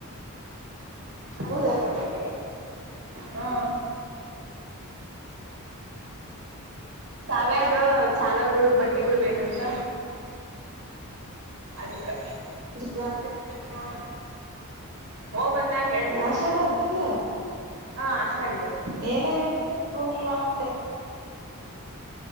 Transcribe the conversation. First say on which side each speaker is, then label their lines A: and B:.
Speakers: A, on the right; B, on the right.
A: ಅಲ್ಲಿ
B: ಹೌದ
A: ಹೋಗ್ ಬರ್ಬೇಕು ಈಗ ಹಾ ಕಾವ್ಯಂದ ಚಾಲರ್ಗಳು ಬಟ್ಟಿಗಳು ಬೇಕಂತ ಅದಕ್ಕೆ
B: ಹ
A: ಹಡ ಹಓ್ ಬಂದನಾಗ ಹೇಳ್ತೀನಿ
B: ಆಷಾಢನ್ ಈಗ
A: ಹಾ ಹಷಾಡಿದ್ದು
B: ಏನಾರ ಇದ್ರೆ
A: ಏ